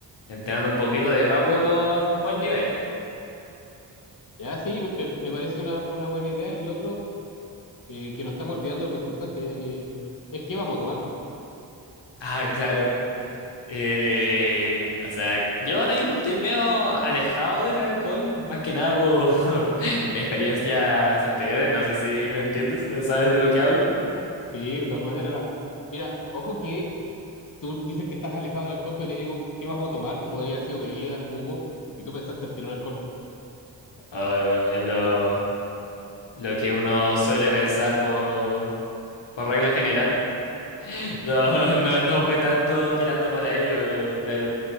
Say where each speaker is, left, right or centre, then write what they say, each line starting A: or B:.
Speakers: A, on the left (about 80°); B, on the left (about 50°).
A: entrenando un poquito, además vuelvo a un buen nivel.
B: Ya, sí, me, me- me parece una, una buena idea. Y lo otro, eh, que nos estamos olvidando algo importante, ya que es que vamos a tomar.
A: Ah, claro. Eh, o sea, yo ahora mismo estoy medio alejado del alcohol, más que nada por <laughs> experiencias anteriores, no sé si me entiendes, ¿sabes de lo que hablo?
B: Sí, de todas maneras, ahora, mira, ojo que tú dices que estás alejado del alcohol, pero te digo qué vamos a tomar y podría haber sido bebida, jugo, y tú pensaste al tiro en alcohol.
A: Ah, bueno, es lo, lo que uno suele pensar por, por regla general. <laughs> No, no, no fue tanto tirando para ello, pero claro,